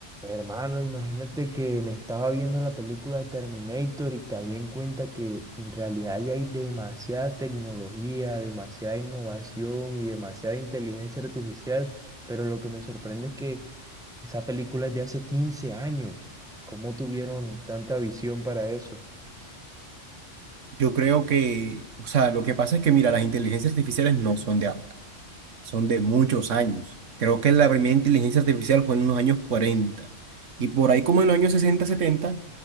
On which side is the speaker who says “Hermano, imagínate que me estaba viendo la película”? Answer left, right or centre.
Centre